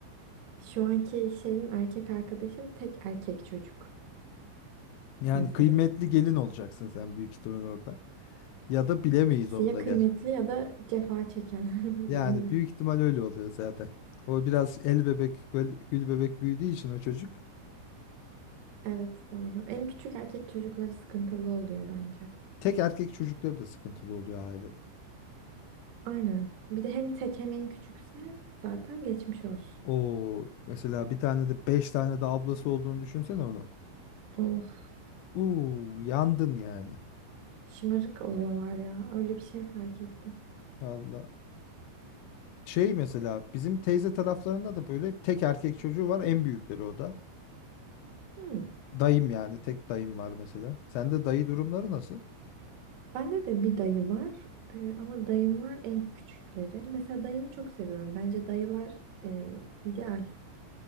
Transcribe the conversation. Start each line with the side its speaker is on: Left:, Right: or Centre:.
Right: Şu anki şeyim erkek arkadaşım tek erkek çocuk
Left: Yani
Right: mesela.
Left: kıymetli gelin olacaksın sen büyük ihtimal orada. Ya da bilemeyiz
Right: İşte
Left: onu
Right: ya
Left: da
Right: kıymetli
Left: gel.
Right: ya da cefa çeken.
Left: Yani
Right: <laughs> Bilmiyorum.
Left: büyük ihtimal öyle oluyor zaten. O biraz el bebek, gül, gül bebek büyüdüğü için o çocuk.
Right: Evet doğru. En küçük erkek çocukları sıkıntılı oluyor bence.
Left: Tek erkek çocukları da sıkıntılı oluyor ailede.
Right: Aynen. Bir de hem tek hem en küçükse zaten geçmiş olsun.
Left: O mesela bir tane de beş tane de ablası olduğunu düşünsene onu.
Right: Of.
Left: Uuu yandın yani.
Right: Şımarık oluyorlar ya. Öyle bir şey fark ettim.
Left: Allah. Şey mesela bizim teyze taraflarında da böyle tek erkek çocuğu var en büyükleri o da.
Right: Hmm.
Left: Dayım yani tek dayım var mesela. Sende dayı durumları nasıl?
Right: Bende de bir dayı var. Ee, ama dayımlar en küçükleri. Mesela dayımı çok seviyorum. Bence dayılar e, ideal.